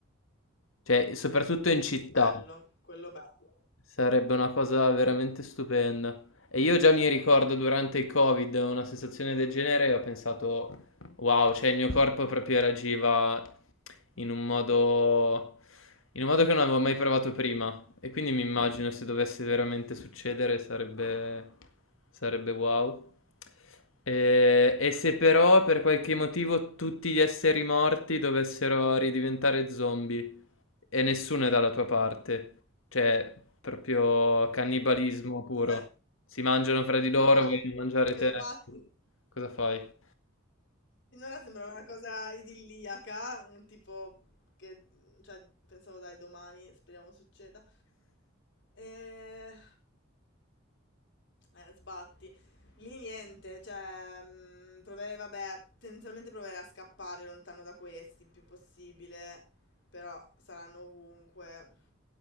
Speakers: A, on the left; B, on the left.
A: cioè soprattutto in città,
B: Bello, quello bello.
A: sarebbe una cosa veramente stupenda. E io già mi ricordo durante il Covid una sensazione del genere e ho pensato, wow, cioè il mio corpo proprio reagiva in un modo, in un modo che non avevo mai provato prima. E quindi mi immagino se dovesse veramente succedere sarebbe, sarebbe wow. Eh, E, se però per qualche motivo tutti gli esseri morti dovessero ridiventare zombie e nessuno è dalla tua parte, cioè proprio cannibalismo puro.
B: <laughs>
A: Si mangiano fra di loro,
B: Va,
A: vogliono mangiare
B: che
A: te.
B: sbatti.
A: Cosa fai?
B: Finora sembrava una cosa idilliaca, eh, tipo che, cioè, pensavo dai domani, speriamo succeda. Eh, Eh, sbatti. Lì niente, cioè, mh, proverei, vabbè, tendenzialmente proverei a scappare lontano da questi il più possibile, però saranno ovunque.